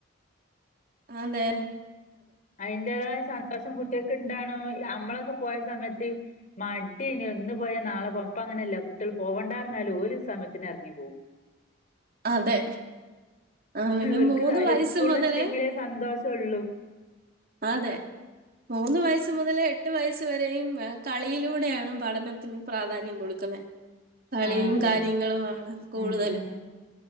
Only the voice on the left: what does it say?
അതിന്റേതായ സന്തോഷം കുട്ടികൾക്ക് ഇണ്ടാണ് നമ്മളൊക്കെ പോയ സമയത്ത് മടിന്നെ ഇന്ന് പോയ നാളെ പോം ഇപ്പം അങ്ങനെയല്ല കുട്ടികൾ പോവണ്ടരന്നാലും ഓല് സമയത്തിന് ഇറങ്ങി പോവും
ഓൽക്ക്
ഉസ്കൂളിൽ
എത്തിയങ്കിലേ സന്തോഷം ഒള്ളു
ആ അതന്നെ
ഉം ഉം